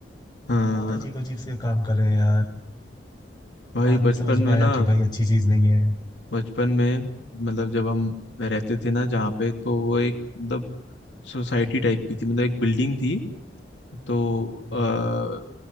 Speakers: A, on the left (about 75°); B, on the left (about 25°).
A: हाँ
B: बहुत अजीब अजीब से काम कर रहे हैं यार
A: भाई
B: बाद में
A: बचपन
B: समझ में
A: में
B: आया
A: ना
B: कि भाई अच्छी चीज नहीं है
A: बचपन में मतलब जब हम रहते थे ना जहाँ पे तो वो एक मतलब सोसाइटी टाइप की थी मतलब एक बिल्डिंग थी तो
B: हम्म
A: आ,